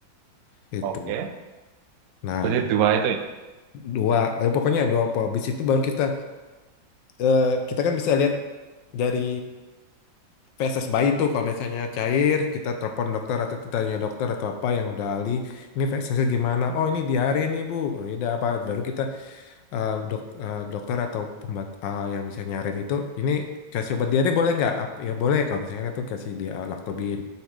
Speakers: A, on the left (about 75°); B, on the right (about 65°).
A: itu.
B: Oke.
A: Nah,
B: Berarti dua itu. ya.
A: dua eh, pokoknya dua apa, habis itu baru kita eh, kita kan bisa lihat dari feses bayi tuh kalau misalnya cair kita telepon dokter atau kita tanya dokter atau apa yang udah ahli ini fesesnya gimana oh ini diare nih bu Oh, ya udah apa baru kita eh, dok, eh, dokter atau pembat eh, yang bisa nyarin itu ini kasih obat diare boleh nggak? Ap- Ya boleh kalau misalnya itu kasih dia eh, laktobin.